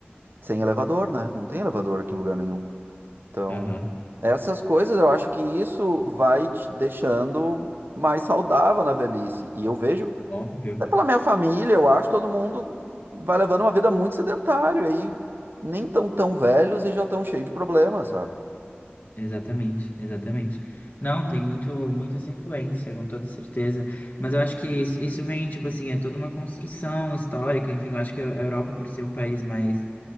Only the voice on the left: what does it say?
Aham,
Óbvio.
Exatamente, exatamente. Não, tem muito, muito essa influência, com toda certeza. Mas eu acho que isso, isso vem, tipo assim, é toda uma construção histórica. Enfim, eu acho que a Europa, por ser um país mais